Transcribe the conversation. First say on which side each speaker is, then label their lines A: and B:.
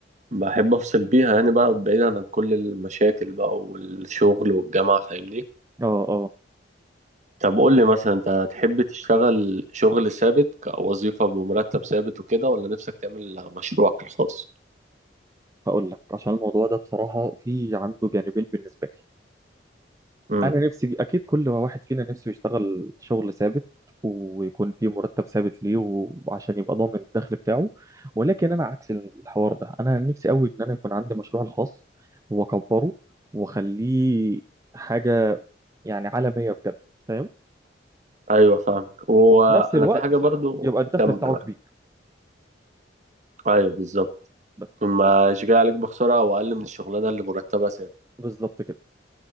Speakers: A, on the right; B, on the right.
A: بحب أفصل بيها يعني بقى بعيدا عن كل المشاكل بقى والشغل والجامعة فاهمني
B: اه اه
A: طب قول لي مثلا أنت تحب تشتغل شغل ثابت كوظيفة بمرتب ثابت وكده ولا نفسك تعمل مشروعك الخاص؟
B: هقول لك عشان الموضوع ده بصراحة في عنده جانبين بالنسبة لي
A: امم
B: أنا نفسي أكيد كل واحد فينا نفسه يشتغل شغل ثابت ويكون فيه مرتب ثابت ليه وعشان يبقى ضامن الدخل بتاعه ولكن أنا عكس الحوار ده أنا نفسي أوي إن أنا يكون عندي مشروع الخاص وأكبره وأخليه حاجة يعني عالمية بجد فاهم
A: أيوه فاهمك وأنا
B: وفي نفس الوقت
A: في حاجة برضو
B: يبقى الدخل
A: كمل
B: بتاعه
A: بقى.
B: كبير
A: أيوه بالظبط
B: بس
A: ما مش جاي عليك بخسارة أو أقل من الشغلانة اللي مرتبها ثابت
B: بالظبط كده